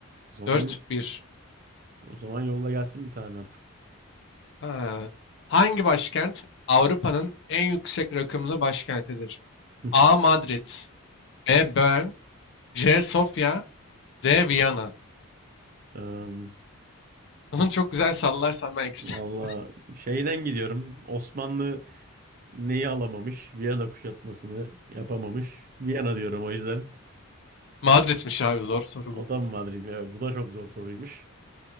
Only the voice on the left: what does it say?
4-1.
Ha, Hangi başkent Avrupa'nın en yüksek rakımlı başkentidir?
A. Madrid B. Bern C. Sofya D. Viyana
<laughs> Bunu çok güzel sallarsan belki
<laughs>
Madrid'miş abi zor soru
bu
arada.